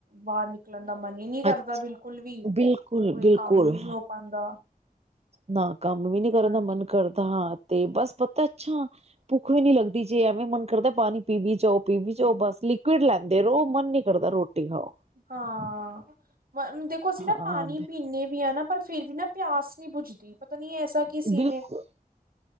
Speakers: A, on the right; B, on the right.
A: ਬਾਹਰ ਨਿਕਲਣ ਦਾ ਮਨ ਹੀ ਨਹੀਂ ਕਰਦਾ
B: ਅੱਛਾ
A: ਬਿਲਕੁਲ ਵੀ
B: ਬਿਲਕੁਲ-ਬਿਲਕੁਲ।
A: ਕੋਈ ਕੰਮ ਵੀ ਨੀ ਹੋ ਪਾਉਂਦਾ
B: ਨਾ ਕੰਮ ਵੀ ਨੀ ਕਰਨ
A: ਹਾਂਜੀ
B: ਦਾ ਮਨ ਕਰਦਾ ਹਾਂ ਤੇ ਬਸ ਪਤਾ ਅੱਛਾ। ਭੁੱਖ ਵੀ ਨੀ ਲੱਗਦੀ ਜੇ ਐਵੇਂ ਮਨ ਕਰਦਾ ਪਾਣੀ ਪੀ ਵੀ ਜਾਓ ਪੀ ਵੀ ਜਾਓ ਬਸ ਲਿਕੁਇਡ ਲੈਂਦੇ ਰਹੋ ਮਨ ਨੀ। ਕਰਦਾ ਰੋਟੀ ਖਾਓ।
A: ਹਾਂ, ਦੇਖੋ ਅਸੀਂ ਨਾ
B: ਹਾਂ
A: ਪਾਣੀ ਪੀਦੇ ਵੀ ਹ ਨਾ। ਪਰ ਫਿਰ ਵੀ ਨਾ ਪਿਆਸ ਨੀ ਬੁਜਦੀ ਪਤਾ ਨੀ ਐਸਾ ਕੀ ਸੀਨ
B: ਬਿਲਕੁਲ
A: ਏ।